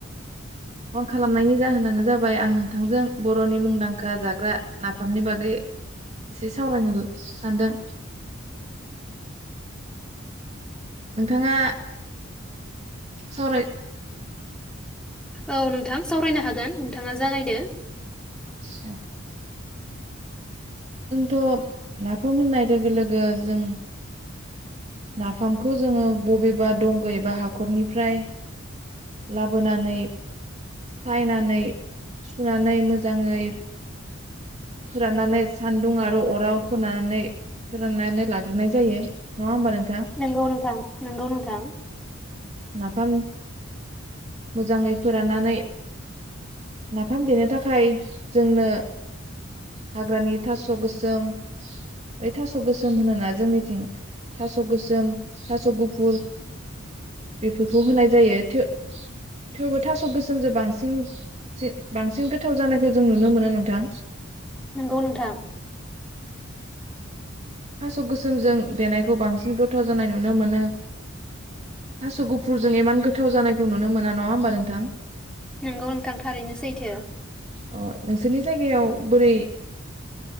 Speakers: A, on the right (about 35°); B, in the centre.
A: फन खालामनायनि जाहोनानो जाबाय आं नोंथांजों बर नि मुंदांखा जाग्रा नाफामनि बागै एसे सावरायनो सानदों। नोंथाङा सावराय
B: औ नोंथां सावरायनो हागोन नोंथाङा जागायदो।
A: <unintelligible> जोंथ' नाफाम होननाय लोगो लोगो जों। नाफामखौ जोङो बबेबा दंग एबा हाखरनिफ्राय लाबोनानै सायनानै सुनानै मोजाङै फोराननानै सानदुं आरो अराव फोननानै फोराननानै लाग्रोनाय जायो नङा होमबा नों
B: नंगौ नोंथां नंगौ नोंथां।
A: नाफाम मोजाङै फोराननानै नाफाम देनो थाखाय जोंनो हाग्रानि थास' गोसोम बै थास' गोसोम होनोना जोंनिथिं थास' थास' गोसोम थास' गुफुर बेफोरखौ होनाय जायो थेवबो थास' गोसोमजों बांसिन बांसिन गोथाव जानायखौ जों नुनो मोनो नोंथां।
B: नंगौ नोंथां।
A: थास' गोसोमजों देनायखौ बांसिन गोथाव जानाय नुनो मोनो थास' गुफुरजों इमान गोथाव जानायखौ नुनो मोना नङा होमबा नोंथां।
B: नोंगौ नोंथां थारैनो सैथो।
A: अ नोंसोरनि जायगायाव बोरै